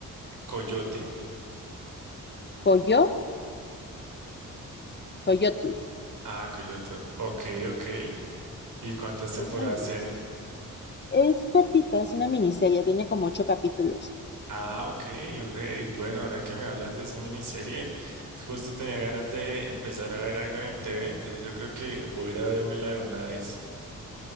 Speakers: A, on the right (about 75°); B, on the left (about 30°).
A: Coyote.
B: Coyotl, Coyotl.
A: Ah, Coyote. Ok, ok. ¿Y cuántas temporadas
B: Es muy buena.
A: tiene?
B: Es cortita, es una miniserie, tiene como ocho capítulos.
A: Ah, ok, ok. Bueno, ahora que me hablas de esa miniserie, justo tenía ganas de empezar a ver algo en el TV, entonces yo creo que voy a ir a vérmela de una vez.